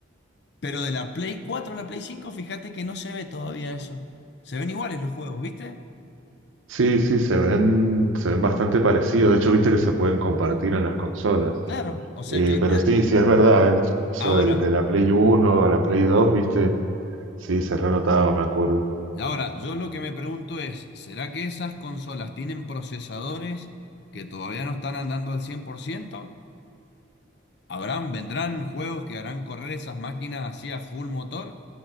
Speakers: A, on the left; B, on the right.
A: Pero de la Play 4 a la Play 5, fíjate que no se ve todavía eso. Se ven iguales los juegos, ¿viste?
B: sí, sí, se ven, se ven bastante parecidos. De hecho, viste que se pueden compartir en las consolas.
A: Claro, o sea
B: Eh,
A: que ahí
B: pero
A: te da-
B: sí, sí es verdad, es- eso
A: Ahora,
B: del, de la Play Uno a la Play 2 viste, sí, se renotaba, me acuerdo.
A: y Ahora, yo lo que me pregunto es, ¿será que esas consolas tienen procesadores que todavía no están andando al cien por ciento ¿Habrán, vendrán juegos que harán correr esas máquinas así a full motor?